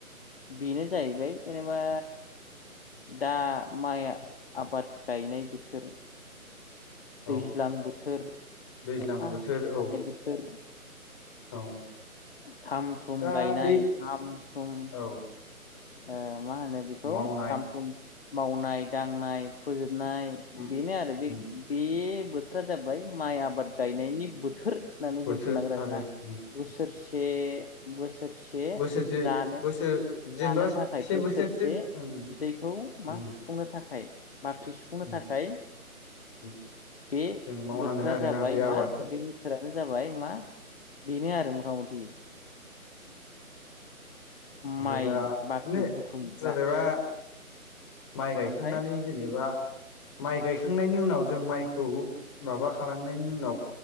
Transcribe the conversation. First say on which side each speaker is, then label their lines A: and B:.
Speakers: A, on the left (about 40°); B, on the left (about 20°).
A: बेनो जाहैबाय जेनेबा दा माइ आबाद गायनाय बोथोर
B: औ
A: दैज्लां बोथोर अखा
B: दैज्लां बोथोर
A: हाफ्लेबाय
B: औ
A: थानाय बोथोर।
B: औ
A: थाम-थुम
B: दा
A: गायनाय
B: बे
A: थाम-थुम
B: औ
A: ओ मा होनो बेखौ
B: मावनाय
A: थाम थुम मावनाय दांनाय फोजोबनाय
B: उम
A: बेनो आरो बे
B: उम
A: बे बोथोरा जाबाय माइ आबाद गायनायनि बोथोर। होननानै
B: बोथोर
A: जों बुंनांगोन
B: आरो
A: आरोना
B: उम
A: बोसोरसे
B: उम
A: बोसोर सोरसे
B: बोसोरसे
A: जानो
B: बोसोर जेनेबा
A: जानो थाखाय
B: से
A: बोसोरसे
B: बोसोरसो उम
A: उदैखौ मा
B: उम
A: सुफुंनो थाखाय। बाख्रि सुफुंनो
B: उम
A: थाखाय
B: उम
A: बे
B: जों मावनांगोन
A: बोथोरा
B: आरोना
A: जाबाय
B: बे आबादखौ
A: मा बे बोथोरा नो जाबाय मा बेनो आरो मथा मथि।
B: ओमफ्राय
A: माइ
B: दा
A: बाख्रि
B: बिदिनो
A: बुथुमग्रा
B: जेनेबा माइ गायखांनानै
A: ओमफ्राय
B: जेनेबा माइ गायखांनायनि उनाव जों माइखौ माबा खालामनायनि उनाव